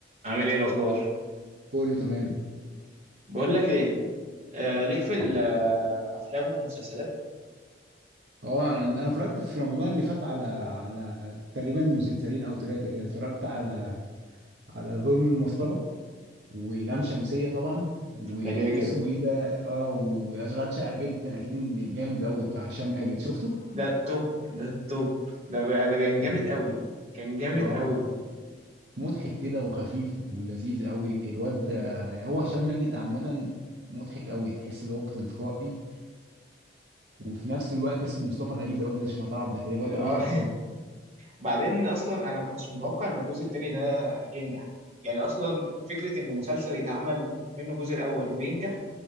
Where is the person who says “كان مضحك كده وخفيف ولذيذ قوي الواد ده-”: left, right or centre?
Right